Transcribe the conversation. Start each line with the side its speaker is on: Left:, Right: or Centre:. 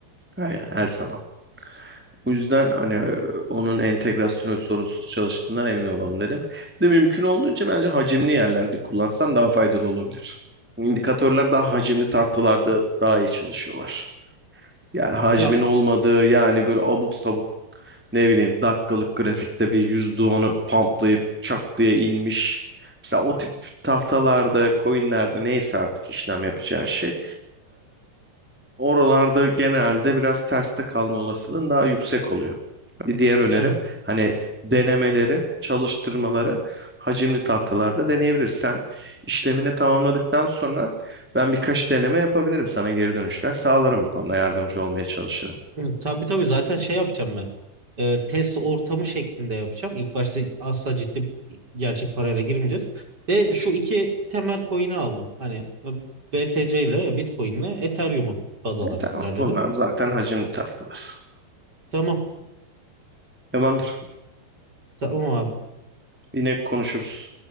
Centre: Yani her zaman. O yüzden hani e, onun entegrasyonu sorunsuz çalıştığından emin olalım dedim. Bir de mümkün olduğunca bence hacimli yerlerde kullansan daha faydalı olabilir. İndikatörler daha hacimli tahtalarda daha iyi çalışıyorlar. Yani hacmin
Right: Ya
Centre: olmadığı yani böyle abuk sabuk ne bileyim dakikalık grafikte bir yüzde onu pamplayıp çak diye inmiş. Mesela o tip tahtalarda, coinlerde neyse artık işlem yapacağın şey Oralarda genelde biraz terste kalma olasılığın daha yüksek oluyor. Bir diğer önerim
Right: evet.
Centre: hani denemeleri, çalıştırmaları hacimli tahtalarda deneyebilirsin. Sen işlemini tamamladıktan sonra ben birkaç deneme yapabilirim sana geri dönüşler sağlarım bu konuda yardımcı olmaya çalışırım.
Right: Hı, Tabii tabii zaten şey yapacağım ben. Ee, test ortamı şeklinde yapacağım. İlk başta asla ciddi gerçek parayla girmeyeceğiz. Ve şu iki temel coin'i aldım. Hani e, BTC ile Bitcoin ile Ethereum'u baz alarak
Centre: E, tamam
Right: ilerledim.
Centre: bunlar zaten hacimli tahtalar.
Right: Tamam.
Centre: Tamamdır.
Right: Tamam
Centre: Yine konuşuruz.